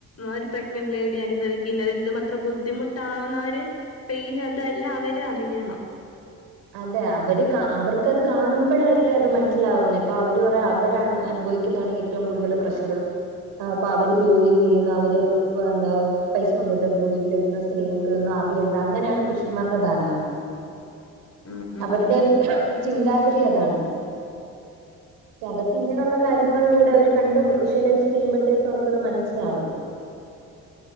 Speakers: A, on the left; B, on the right.
A: ഒരു പ്രഗ്നന്റ് ലേഡി അനുഭവിക്കുന്ന എന്ത് മാത്ര ബുദ്ധിമു ട്ടാന്നര് പെയ്ന് അതെല്ലാം അവര് അറിയണം.
B: അതെ അവര് കാ അവർക്കത് കാണുമ്പഴല്ലേ അത് മൻസ്സിലാവുന്നെ ഇപ്പൊ അവര് പറയാ അവരാണ് അനുഭവിക്കുന്നാണ് ഏ റ്റവും കൂടുതൽ പ്രഷർ ആ പ്പ അവര് ജോലി ചെയ്യുന്നു അവര് എന്താ പൈസ കൊണ്ട് തരുന്നു വീട്ടിലിര്ന്ന് സ്ത്രീകൾക്കിതൊന്നും അറിയണ്ട അങ്ങനെണ് പുരുഷന്മാരുടെ ധാരണ
A: ഉം ഉം
B: അവരുടെ ചിന്താഗതി അതാണ്. ക്ഷേ അതൊക്കെ ഇങ്ങനൊള്ള കാര്യങ്ങളിലൂടെ അവര് കണ്ടും വിഷ്വലൈസ് ചെയ്യുമ്പോഴത്തേക്ക് അവർക്ക്ത് മൻസ്സിലാവും.